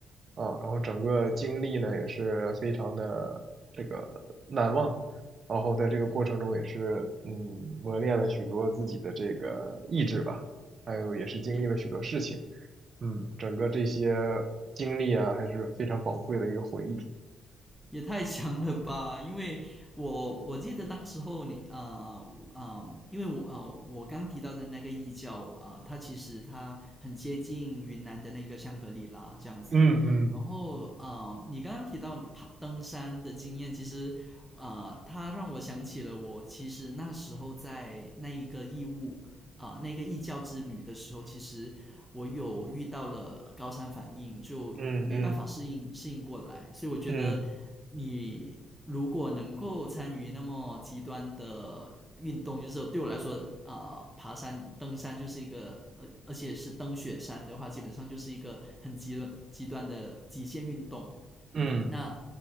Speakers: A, on the right (about 45°); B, in the centre.
A: 啊，然后整个经历呢也是非常的这个难忘，然后在这个过程中也是嗯磨练了许多自己的这个意志吧，还有也是经历了许多事情，
B: 也
A: 嗯，整个这些经历啊还是非常宝贵的一个回忆，
B: 也太强了吧！因为我我记得当时候你啊啊、呃呃因为我啊、呃我刚刚提到的那个异教啊、呃它其实它很接近云南的那个香格里拉这样子。
A: 嗯嗯
B: 然后啊、呃你刚刚提到你爬登山的经验，其实啊、呃它让我想起了我其实那时候在那一个义务啊、呃那个异教之旅的时候，其实我有遇到了高山反应，就没办法适应适应过来，
A: 嗯嗯
B: 所以我觉得。
A: 嗯。
B: 你如果能够参与那么极端的运动，就是对我来说，啊、呃爬山、登山就是一个，而而且是登雪山的话，基本上就是一个很极端极端的极限运动。
A: 嗯。
B: 那